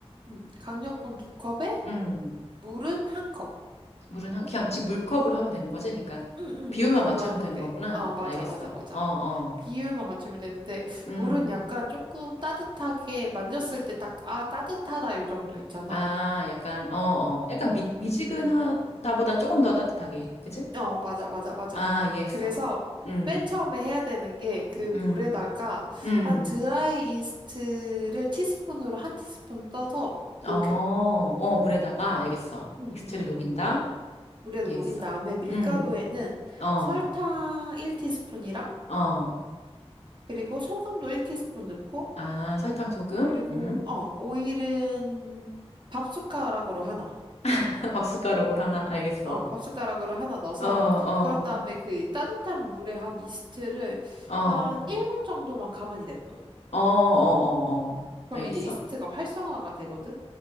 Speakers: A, on the right; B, on the left.
A: 음, 강력분 두 컵에
B: 응.
A: 물은 한 컵.
B: 물은 한, 그냥 지금 물컵으로 하면 되는 거지? 그러니까.
A: 응응
B: 비율만
A: 물컵으로
B: 맞추면
A: 하면
B: 되는
A: 돼.
B: 거구나.
A: 어 맞아
B: 알겠어.
A: 맞아 맞아.
B: 어, 어.
A: 비율만 맞추면 되는데
B: 음.
A: 물은 약간 조금 따뜻하게 만졌을 때 딱 아 따뜻하다 요 정도 있잖아.
B: 아, 약간, 어, 어. 약간 미, 미지근하다보단
A: 응응응.
B: 조금 더 따뜻하게. 그치?
A: 어 맞아 맞아 맞아.
B: 아, 이해했어.
A: 그래서
B: 음,
A: 맨 처음에 해야 되는 게 그 물에다가
B: 음, 음.
A: 한 드라이 이스트를 티스푼으로 한 티스푼 떠서
B: 어,
A: 녹여.
B: 어, 물에다가, 알겠어.
A: 응응응응.
B: 이스트를 녹인다?
A: 물에다
B: 이해했어.
A: 녹인 다음에 밀가루에는
B: 음, 어,
A: 설탕 1티스푼이랑
B: 어.
A: 그리고 소금도 1티스푼 넣고
B: 아, 설탕, 소금?
A: 그리고
B: 음.
A: 어 오일은 밥 숟가락으로 하나.
B: <laughs> 밥숟가락으로 하나? 알겠어.
A: 어, 밥 숟가락으로 하나 넣어서
B: 어, 어,
A: 그런 다음에 그 따뜻한 물에 한 이스트를
B: 어,
A: 한
B: 어,
A: 1분 정도만 가만히 냅둬.
B: 어, 어, 어.
A: 그럼
B: 알겠어.
A: 이제 이스트가 활성화가 되거든.